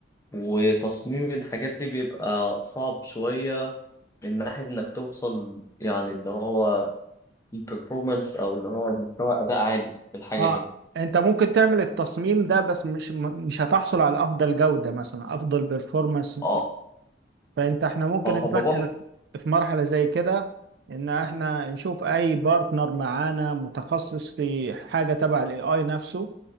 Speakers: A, on the left; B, on the right.
A: وتصميم الحاجات دي بيبقى صعب شوية من ناحية انك توصل يعني اللي هو البرفورمانس او اللي هو مستوى اداء عالي في الحاجة
B: اه
A: دي
B: انت ممكن تعمل التصميم ده بس مش مش هتحصل على افضل جوده مثلا افضل بيرفورمانس
A: اه
B: فانت احنا ممكن
A: اه
B: نفكر
A: فبروح
B: في مرحلة زي كده ان احنا نشوف اي بارتنر معانا متخصص في حاجة تبع الاي اي نفسه